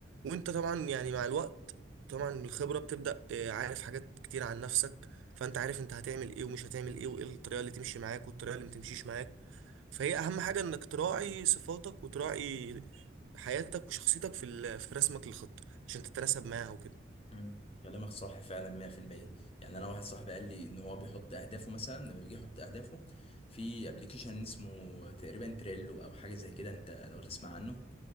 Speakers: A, on the right; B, on the left.
A: وانت طبعا يعني مع الوقت طبعا من الخبرة بتبدأ اه، عارف حاجات كتير عن نفسك فانت عارف انت هتعمل ايه ومش هتعمل ايه وايه الطريقة اللي تمشي معاك والطريقة اللي متمشيش معاك فهي اهم حاجة انك تراعي صفاتك وتراعي حياتك وشخصيتك في ال- في رسمك للخطة عشان تتناسب معاها وكده
B: مم. كلامك صح فعلا 100% يعني انا واحد صاحبي قال لي ان هو بيحط اهدافه مثلا لما بيجي يحط اهدافه في ابلكيشن اسمه تقريبا تريلو او حاجه زي كده انت لو تسمع عنه